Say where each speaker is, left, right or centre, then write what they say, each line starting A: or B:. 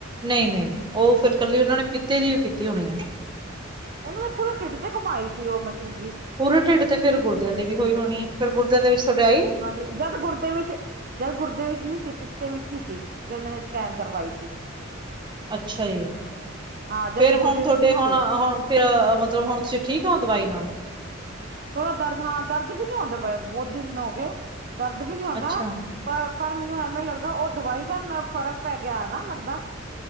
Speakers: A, on the right; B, on the right.
A: ਨਹੀਂ -ਨਹੀਂ ਉਹ ਫੇਰ ਇਕੱਲੀ ਉਹਨਾਂ ਨੇ ਪਿਤੇ ਦੀ ੳ ਕੀਤੀ ਹੋਣੀ ਹੈ
B: ਉਹਨਾਂ ਨੇ ਪੂਰੇ ਢਿੱਡ ਤੇ ਘੁਮਾਈ ਸੀ ਉਹ ਮਸ਼ੀਨ ਜੀ
A: ਪੂਰੇ ਢਿੱਡ ਤੇ ਫਿਰ ਗੁਰਦਿਆਂ ਦੀ ਵੀ ਹੋਈ ਹੋਣੀ ਫਿਰ ਗੁਰਦਿਆਂ ਦੇ ਵਿੱਚ ਤੁਹਾਡੇ ਆਈ ਨੀ?
B: ਹਾਂਜੀ, ਜਦ ਗੁਰਦੇ ਵਿੱਚ ਜਦ ਗੁਰਦੇ ਵਿੱਚ ਨੀ ਸੀ, ਪਿੱਤੇ ਵਿੱਚ ਹੀ ਸੀ ਜਦ ਮੈਨੇ ਸਕੈਨ ਕਰਵਾਈ ਸੀ
A: ਅੱਛਾ ਜੀ
B: ਹਾਂ ਜਦ
A: ਫੇਰ
B: ਗੁਰਦੇ
A: ਹੁਣ ਤੁਹਾਡੇ
B: ਵਿੱਚ ਨਹੀਂ
A: ਹੁਣ
B: ਸੀ
A: -ਹੁਣ ਫੇਰ ਮਤਲਬ ਹੁਣ ਤੁਸੀਂ ਠੀਕ ਹੋ, ਦਵਾਈ ਨਾਲ
B: ਥੋੜਾ ਦਰਦ ਹਾ ਘੋੜੇ ਦਰਦ ਵੀ ਨੀ ਆਉਂਦਾ ਪਏ ਬਹੁਤ ਦਿਨ ਹੋ ਗਏ ਦਰਦ ਵੀ ਨੀ ਆਉਂਦਾ
A: ਅੱਛਾ।
B: <unintelligible> ਪਰ ਪਰ ਮੈਨੂੰ ਏਵੇਂ ਲੱਗਦਾ ਉਹ ਦਵਾਈ ਦਾ ਨਾ ਫ਼ਰਕ ਪੈ ਗਿਆ ਨਾ ਲੱਗਦਾ